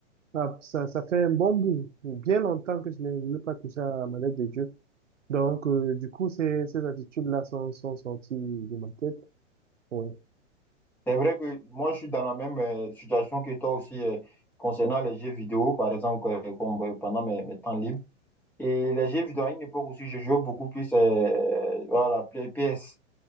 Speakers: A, on the right; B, in the centre.
A: ah, ça, ça fait un bon bout, bien longtemps que je n'ai je n'ai pas touché à ma lettre de jeu. Donc, euh, du coup, ces, ces attitudes-là sont, sont sorties de ma tête. Oui.
B: C'est vrai que moi, je suis dans la même euh, situation que toi aussi euh, concernant les jeux vidéo, par exemple, euh, comme, euh, pendant mes, mes temps libres. Et les jeux vidéo, à une époque aussi, je jouais beaucoup plus euh, voilà, Play PS.